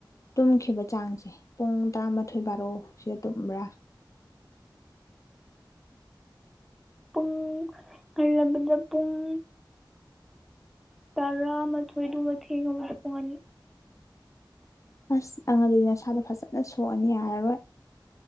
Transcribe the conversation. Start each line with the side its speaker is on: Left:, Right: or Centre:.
Left: ꯇꯨꯝꯈꯤꯕ ꯆꯥꯡꯖꯦ ꯄꯨꯡ ꯇꯔꯥꯃꯥꯊꯣꯏ ꯕꯥꯔꯣ ꯁꯤꯗ ꯇꯨꯝꯕ꯭ꯔꯥ
Centre: ꯄꯨꯡ ꯉꯜꯂꯕꯗ ꯄꯨꯡ ꯇꯔꯥꯃꯥꯊꯣꯏꯗꯨꯒ ꯗꯨꯒ ꯊꯦꯡꯉꯕ ꯄꯨꯡ ꯑꯅꯤ
Left: ꯑꯁ ꯑꯪꯉꯗꯤ ꯅꯁꯥꯗꯣ ꯐꯖꯅ ꯁꯣꯛꯑꯅꯤ ꯌꯥꯔꯔꯣꯏ